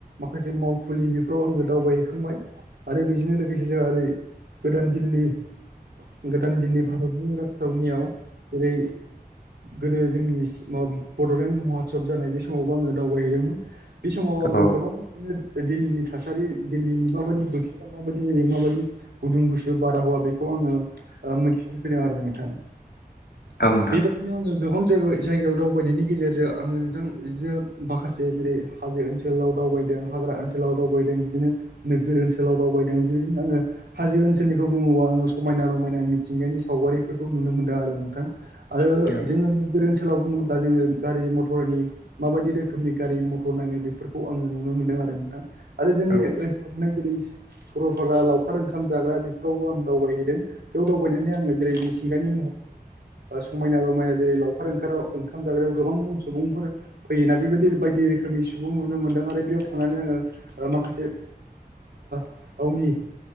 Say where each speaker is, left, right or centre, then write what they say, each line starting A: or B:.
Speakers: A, on the right (about 85°); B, on the left (about 80°).
A: माखासे मावफुं फुलि बेफ्राव आङो दावबायहैखांबाय आरो बेजोंनो लोगोसे जोंहा ओरै गोदान दिल्ली गोदान दिल्ली भारतनि राजथावनियाव जेरै गोदो जोंनि बड'लेण्ड महत्सब जानाय बे समावबो आङो दावबायहैदोंमोन बे समाव आङो
B: औ
A: गोबां बिदिनो दिल्लीनि थासारि दिल्लीनि माबायदि बोथ माबायदि जायो माबायदि गुदुं गुसु बाराहावा बेखौ आङो मिथिनानै फैदों आरो नोंथां
B: औ नोंथां
A: बेबायाददिनो आङो गोबां जायगायाव दावबायनायनि गेजेरजों आङो नोंथां बिदिनो माखासे जेरै हाजो ओनसोलाव दावबायनो हाग्रा ओनसोलाव दावबायदों बिदिनो नोगोर ओनसोल ओनसोलाव रावबायदों बेबायदिनो आङो हाजो ओनसोलखौ बुङोबा आङो समायना रमायना मिथिंगायानि सावगारिफोरखौ नुनो मोनदों आरो नोंथां आरो
B: औ
A: जोङो गोदो ओनसोलाव बुङोब्ला जोङो गारि मथरनि माबायदि रोखोमनि गारि मथर नायनो बेफोरखौ आङो नुनो मोनो दों आरो ना आरो जोंनि
B: औ
A: ओनाव जेरै सरलपारा लावखार ओंखाम जाग्रा बेफोरावबो आं दावबायहैदों बेयाव दावबायनानै आङो जेरै मिथिंगानि समायना रमायना जेरै लावखार ओंखार ओंखाम जाग्रायाव गोबां सुबुंफोर फै बेबायदि बायदि रोखोमनि सुबुं नुनो मोनदों आरो बेयाव थांनानै आङो माखासे आावनि